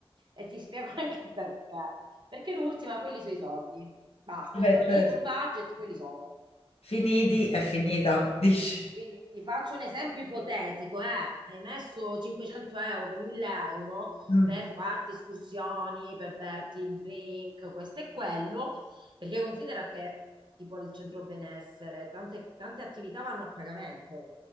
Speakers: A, on the right; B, on the left.
A: E ti spiego <laughs> anche perché. Perché l'ultima, quelli sono i soldi. Basta,
B: Vabbè,
A: ho stabilito
B: certo.
A: un budget, quelli sono.
B: Finiti è finita, <laughs> dici?
A: Quindi ti faccio un esempio ipotetico, eh. Hai messo 500 euro, 1000 euro
B: Mm.
A: per farti escursioni, per berti il drink, questo e quello, perché considera che tipo il centro benessere, tante, tante attività vanno a pagamento,